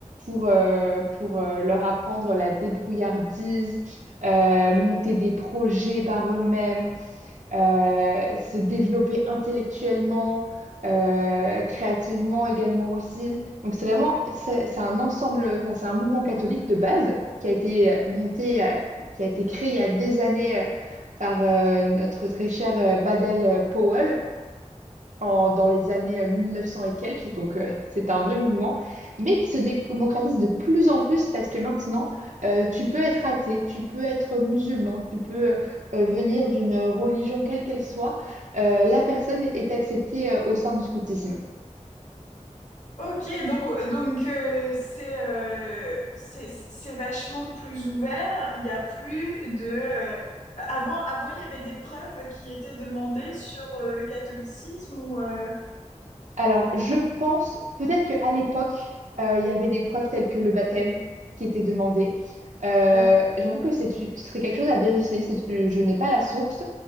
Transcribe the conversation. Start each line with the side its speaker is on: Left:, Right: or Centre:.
Right: pour, euh, pour euh, leur apprendre la débrouillardise, euh, monter des projets par eux-mêmes, euh, se développer intellectuellement, euh, créativement également aussi. Donc c'est vraiment, c'est c'est un ensemble, enfin, c'est un mouvement catholique de base qui a été euh, monté, euh, qui a été créé il y a des années euh, par euh, notre très cher euh, Baden Powell en- dans les années euh, 1900 et quelques, donc euh, <laughs> c'est un vieux mouvement, mais qui se démocratise de plus en plus parce que maintenant, euh, tu peux être athée, tu peux être musulman, tu peux euh, venir d'une religion quelle qu'elle soit, euh, la personne est acceptée euh, au sein du scoutisme.
Left: Ok, donc donc euh, c'est euh, c'est c'est vachement plus ouvert. Il y a plus de euh, avant avant il y avait des preuves qui étaient demandées sur euh, le catholicisme ou euh,
Right: Alors, je pense peut-être qu'à l'époque, euh, il y avait des preuves telles que le baptême qui était demandé. Euh,
Left: d'accord.
Right: j'avoue que c'est, ce serait quelque chose à vérifier, c'est, je n'ai pas la source.